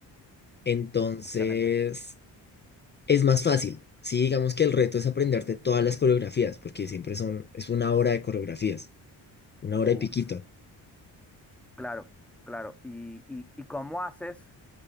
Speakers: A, on the left; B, in the centre.
A: Entonces,
B: Buf, excelente.
A: es más fácil. Sí, digamos que el reto es aprenderte todas las coreografías, porque siempre son, es una hora de coreografías, una hora
B: Uf,
A: y piquito.
B: claro, claro. ¿Y, y, y cómo haces?